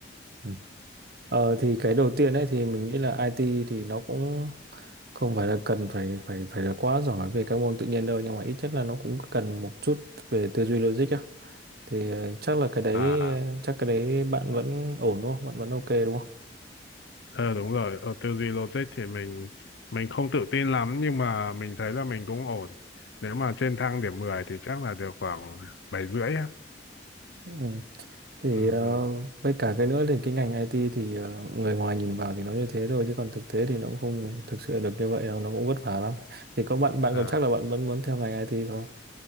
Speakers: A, on the right (about 55°); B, on the left (about 70°).
A: Ừ. Ờ, thì cái đầu tiên ấy thì mình nghĩ là IT thì nó cũng không phải là cần phải phải phải là quá giỏi về các môn tự nhiên đâu nhưng mà ít nhất là nó cũng cần một chút về tư duy logic á thì ờ, chắc là cái đấy
B: à
A: ờ, chắc cái đấy bạn vẫn ổn đúng không? Bạn vẫn ok đúng không?
B: ờ đúng rồi ở tư duy logic thì mình mình không tự tin lắm nhưng mà mình thấy là mình cũng ổn nếu mà trên thang điểm 10 thì chắc là được khoảng bảy rưỡi á
A: Ừ. Thì
B: ừ
A: ờ,
B: ừ
A: với cả cái nữa thì cái ngành IT thì ờ, người ngoài nhìn vào thì nó như thế thôi chứ còn thực tế thì nó cũng không thực sự được như vậy đâu, nó cũng vất vả lắm. Thì có bạn bạn
B: à.
A: còn chắc là bạn vẫn muốn theo ngành IT không?